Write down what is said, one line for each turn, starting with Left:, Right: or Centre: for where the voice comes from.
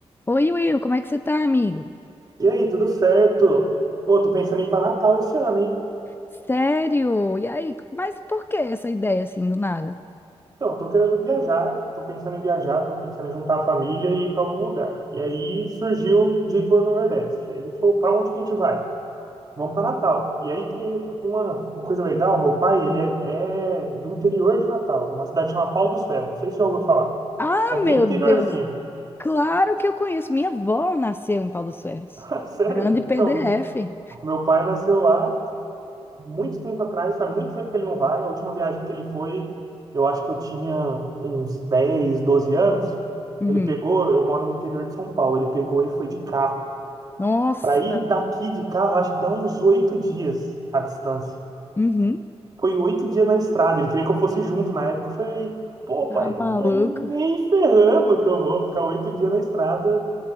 Left: Oi, Will, como é que você tá, amigo?
Right: E aí, tudo certo? Pô, tô pensando em ir pra Natal esse ano, hein?
Left: Sério? E aí? Mas por que essa ideia assim do nada?
Right: Então, tô querendo viajar, tô pensando em viajar, tô pensando em juntar a família e ir pra algum lugar. E aí surgiu de ir pro Nordeste. Aí a gente falou, pra onde que a gente vai? Vamos pra Natal. E aí tem uma, uma coisa legal, meu pai, ele é, é do interior de Natal, uma cidade chamada Pau dos Ferros, não sei se você já ouviu falar.
Left: Ah,
Right: É bem
Left: meu
Right: interiorzinho.
Left: Deus! Claro que eu conheço. Minha avó nasceu em Pau dos Ferros.
Right: <laughs> Sério?
Left: Grande PDF.
Right: Então, meu, meu pai nasceu lá muito tempo atrás, faz muito tempo que ele não vai. A última viagem que ele foi, eu acho que eu tinha uns 10 12 anos.
Left: Uhum.
Right: Ele pegou, eu moro no interior de São Paulo, ele pegou e foi de carro.
Left: Nossa!
Right: Para ir daqui de carro, acho que dá uns oito dias a distância.
Left: Uhum.
Right: Foi oito dias na estrada, ele queria que eu fosse junto na época. Eu falei, pô,
Left: Tá
Right: pai,
Left: maluco?
Right: mas nem ferrando que eu vou ficar oito dias na estrada